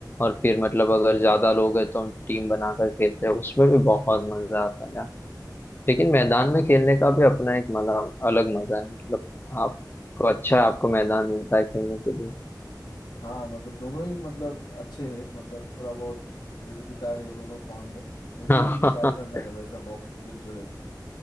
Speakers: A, on the left (about 30°); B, on the left (about 75°).
A: और फिर मतलब अगर ज्यादा लोग हैं तो हम टीम बनाकर खेलते हैं उसमें भी बहुत मजा आता है यार लेकिन
B: बिल्कुल
A: मैदान
B: यार
A: में खेलने का भी अपना एक मजा अलग मजा है मतलब आपको अच्छा है आपको मैदान मिलता है खेलने के लिए
B: हाँ मतलब दोनों ही मतलब अच्छे हैं मतलब थोड़ा बहुत विविधता है दोनों फॉर्म में मुझे
A: हाँ
B: भी ट्राई करना
A: <laughs>
B: है वैसा बॉक्स क्रिकेट जो है